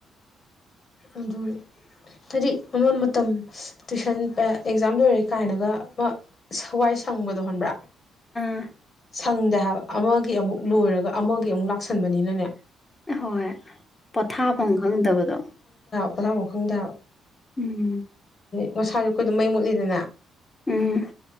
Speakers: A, on the left (about 40°); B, on the left (about 20°).
A: ꯑꯗꯨ ꯍꯥꯏꯗꯤ ꯑꯃ ꯃꯇꯝ ꯇꯨꯏꯁꯟ ꯑ ꯑꯦꯛꯖꯥꯝ ꯂꯣꯏꯔꯦ ꯀꯥꯏꯅꯒ ꯑꯃ ꯍꯋꯥꯏ ꯁꯪꯕꯗꯣ ꯍꯣꯟꯕ꯭ꯔꯥ
B: ꯑ
A: ꯁꯪꯗꯦ ꯍꯥꯏꯕ ꯑꯃꯒꯤ ꯑꯃꯨꯛ ꯂꯣꯏꯔꯒ ꯑꯃꯒꯤ ꯑꯃꯨꯛ ꯂꯥꯛꯁꯟꯕꯅꯤꯅꯅꯦ
B: ꯍꯣꯏ ꯄꯣꯊꯥꯐꯝ ꯈꯪꯗꯕꯗꯣ
A: ꯄꯣꯊꯥ ꯐꯝ ꯈꯪꯗꯦꯍꯥꯏꯕ
B: ꯎꯝ
A: ꯉꯥꯁꯥꯏꯁꯨ ꯑꯩꯈꯣꯏꯗꯨ ꯃꯩ ꯃꯨꯠꯂꯤꯗꯅ
B: ꯎꯝ